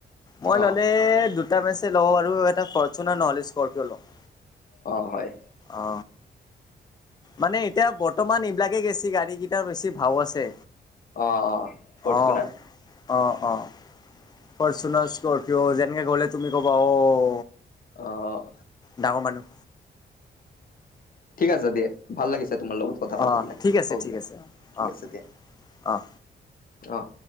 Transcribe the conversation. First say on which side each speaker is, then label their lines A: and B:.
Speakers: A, on the left; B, on the left.
A: মই
B: অ
A: ল'লে দুট টা মেচে ল'ব পাৰো, এটা ফৰ্চুনাৰ নহ'লে স্কৰপিঅ লম।
B: অ', হয়।
A: অ মানে এতিয়া বৰ্তমান এইবিলাকে গেছি গাড়ী কেইটাৰ বেছি ভাও আছে।
B: অ', অ', ফৰ্চুনাৰ।
A: অ অ', অ', ফৰ্চুনাৰ স্কৰপিঅ' যেনেকে গ'লে তুমি ক'বা অ',
B: অ',
A: ডাঙৰ মানুহ
B: ঠিক আছে দিয়া ভাল লাগিছে। তোমাৰ লগত কথা পাতি
A: অ
B: কিনা,
A: ঠিক আছে
B: হ'ব
A: ঠিক
B: দিয়া
A: আছে
B: ঠিক
A: অ
B: আছে দিয়া।
A: অ
B: অ'।